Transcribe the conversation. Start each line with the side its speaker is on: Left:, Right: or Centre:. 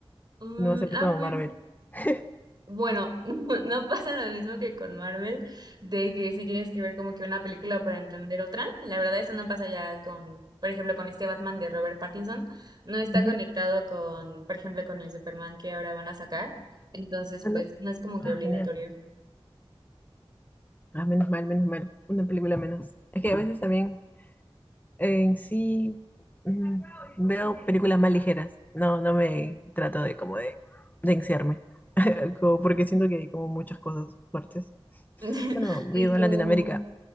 Right: Mm,
Left: No va a ser
Right: ah,
Left: como
Right: pues
Left: Marvel. <laughs>
Right: Bueno, <laughs> no pasa lo mismo que con Marvel, de que si tienes que ver como que una película para entender otra. La verdad, eso no pasa ya con, por ejemplo, con este Batman de Robert Pattinson. No está
Left: Ujú.
Right: conectado con, por ejemplo, con el Superman que ahora van a sacar. Entonces,
Left: Ah,
Right: pues,
Left: ¿no?
Right: no es como que
Left: Ah,
Right: obligatorio.
Left: genial. Ah, menos mal, menos mal. Una película menos. Es que a veces también eh, en sí mm, veo películas más ligeras. No, no me trato de como de, de encerrarme. <laughs> Como porque siento que hay como muchas cosas fuertes.
Right: <laughs>
Left: Bueno,
Right: Y
Left: vivo
Right: como,
Left: en Latinoamérica.